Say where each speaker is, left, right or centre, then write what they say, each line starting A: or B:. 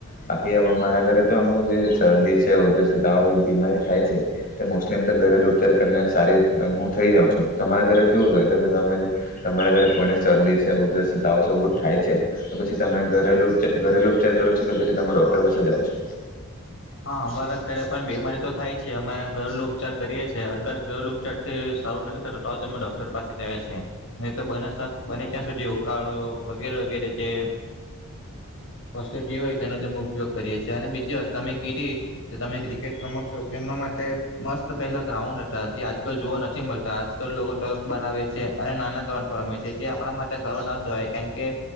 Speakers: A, on the left (about 40°); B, on the left (about 60°).
A: બાકી મારા ઘરે તો આમ જે શરદી છે ઉધરસ છે આ બધી બીમારી થાય છે તે મોસ્ટલી એમ તો ઘરેલુ ઉપચાર કરીને સારી હું થઈ જાઉં છું તમારા ઘરે કેવું તો કે તમારા ઘરે કોઈને શરદી છ જે ઉધરસ છે તાવ છે ઉભું થાય છે તો પછી તમે ઘરેલુ છે ઘરેલુ ઉપચાર કરો છો કે પછી તમે ડોક્ટર પાસે જાઓ છો
B: હા અમારા ઘરે પણ બીમારી તો થાય છે અમે ઘરેલુ ઉપચાર કરીએ છે અગર ઘરેલુ ઉપચાર થી સારું નથી થતું તો જ અમે ડોક્ટર પાસે જએ છે નહી તો બને બને ત્યાં સુધી ઉકાળો વગેરે વગેરે જે વસુધી હોય તેનો જ અમે ઉપયોગ કરીએ છે અને બીજી વાત તમે કીઘી જે તમે ક્રિકેટ રમો છો તેમના માટે મસ્ત પહેલા ગ્રાઉન્ડ હતા જે આજકાલ જોવા નથી મળતા આજકાલ લોકો ટર્ફ બનાવે છે અને નાના કારણ પર રમે છે જે આપડા માટે સારું ના કેવાય કેન કે